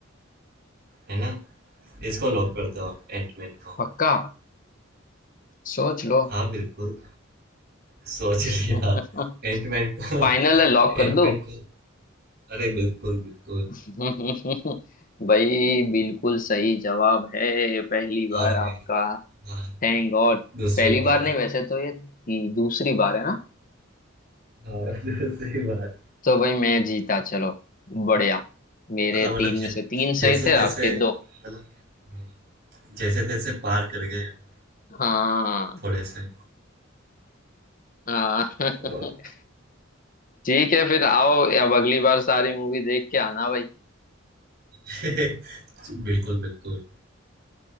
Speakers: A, on the right; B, on the left.
A: है ना? इसको लॉक कर दो आप एंटमैन को।
B: पक्का सोच लो
A: हाँ, बिल्कुल, सोच
B: <laughs>
A: लिया। एंटमैन को
B: फाइनल है लॉक
A: एंटमैन
B: कर दूं
A: को अरे! बिल्कुल, बिल्कुल।
B: <laughs> भाई बिल्कुल सही जवाब है पहली बार
A: अरे!
B: आपका
A: हाँ,
B: Thank God
A: दूसरी
B: पहली
A: बार।
B: बार नहीं वैसे तो ये ती- दूसरी बार है ना
A: हाँ, <laughs> दूसरी बार।
B: तो भाई मैं जीता चलो बढ़िया मेरे
A: हाँ, मतलब
B: तीन
A: ज
B: में से तीन
A: जैसे-तैसे
B: सही थे आपके
A: मतलब
B: दो
A: हाँ, जैसे-तैसे पार कर गए हम
B: हाँ
A: थोड़े से।
B: हाँ <laughs>
A: ओके
B: ठीक है फिर आओ अब अगली बार सारी मूवी देख के आना भाई
A: <laughs> बिल्कुल बिल्कुल